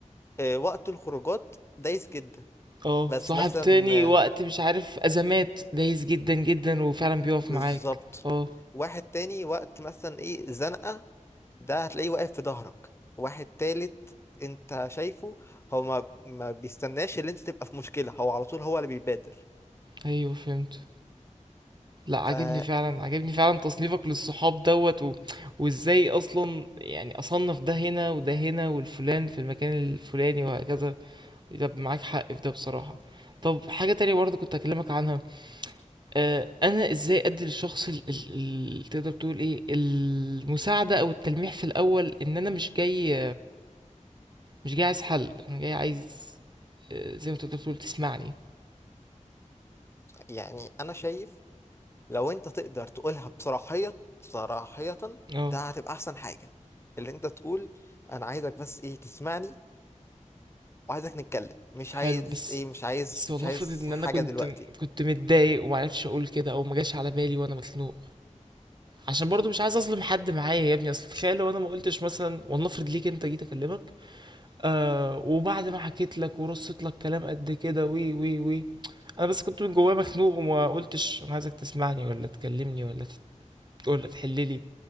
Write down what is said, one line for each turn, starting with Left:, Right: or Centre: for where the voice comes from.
Left: آه، وقت الخروجات دايس جدا
Right: اه
Left: بس
Right: صاحب
Left: مثلا
Right: تاني وقت
Left: آه،
Right: مش عارف ازمات دايس جدا جدا وفعلا بيقف
Left: بالظبط
Right: معاك اه
Left: واحد تاني وقت مثلا ايه زنقة ده هتلاقيه واقف في ظهرك واحد تالت انت شايفه هو ما ما بيستناش اللي انت تبقى في مشكلة هو على طول هو اللي بيبادر
Right: ايوه فهمت لا عاجبني
Left: فبص
Right: فعلا عاجبني فعلا تصنيفك للصحاب دوت و... وازاي اصلا يعني اصنف ده هنا وده هنا والفلان في المكان الفلاني وهكذا يبقى معاك حق في ده بصراحة طب حاجة تانية برضه كنت هكلمك عنها آه انا ازاي ادي للشخص ال... ال... ال... تقدر تقول ايه المساعدة او التلميح في الاول ان انا مش جاي مش جاي عايز حل انا جاي عايز آه، زي ما تقدر تقول تسمعني
Left: يعني انا شايف لو انت تقدر تقولها بصراحية صراحية
Right: اه
Left: ده هتبقى احسن حاجة اللي انت تقول انا عايزك بس ايه تسمعني وعايزك نتكلم مش
Right: حلو
Left: عايز
Right: بس
Left: ايه مش عايز
Right: بس ولنفرض
Left: مش عايز
Right: ان
Left: حاجة
Right: انا كنت
Left: دلوقتي
Right: كنت متضايق ومعرفش اقول كده او ما جاش على بالي وانا مخنوق عشان برضو مش عايز اظلم حد معايا يا ابني اصل تخيل لو انا ما قلتش مثلا ولنفرض ليك انت جيت اكلمك آه وبعد ما حكيت لك ورصيت لك كلام قد كده وي وي وي انا بس كنت من جوايا مخنوق وما قلتش انا عايزك تسمعني ولا تكلمني ولا تت... ولا تحللي